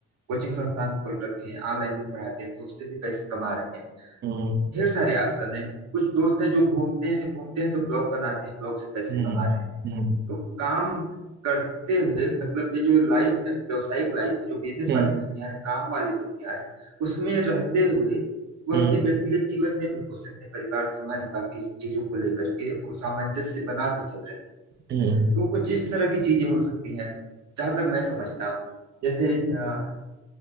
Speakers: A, on the right (about 65°); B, on the right (about 35°).
A: कोचिंग संस्थान खोल रखे हैं ऑनलाइन भी पढ़ाते हैं तो उससे भी पैसे कमा रहे हैं
B: हम्म
A: ढेर सारे ऑप्शन है कुछ दोस्त हैं जो घूमते हैं घूमते हैं तो ब्लॉग बनाते हैं ब्लॉग से पैसे
B: हम्म
A: कमा रहे हैं
B: हम्म
A: तो काम करते हुए मतलब ये जो लाइफ है व्यावसायिक लाइफ है जो बिजनेस
B: हम्म
A: वाली
B: हम्म
A: दुनिया है काम वाली दुनिया है उसमें रहते हुए वह
B: हम्म,
A: अपने व्यक्तिगत जीवन में भी खुश है अपने परिवार समाज बाकी चीजों को लेकर के वो सामंजस्य बना के चल रहे हैं
B: हम्म,
A: तो कुछ इस तरह की चीजें हो सकती हैं जहां तक मैं समझता हूँ जैसे अ,